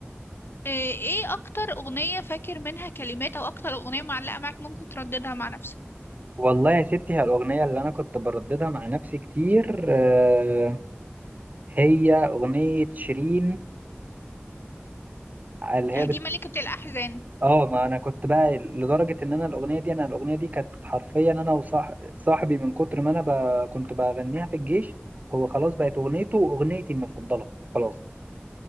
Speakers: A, on the left (about 65°); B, on the right (about 40°).
A: <laughs> آه، ايه أكتر أغنية فاكر منها كلمات أو أكتر أغنية معلقة معاك ممكن ترددها مع نفسك
B: والله يا ستي هي الأغنية اللي أنا كنت برددها مع نفسي كتير آه، هي أغنية شيرين اللي هي
A: هدي ملكة الأحزان
B: اه ما انا كنت بقى لدرجه ان انا الاغنيه دي انا الاغنيه دي كانت حرفيا انا وصاحبي من كتر ما انا ب... كنت بغنيها في الجيش هو خلاص بقت اغنيته واغنيتي المفضله خلاص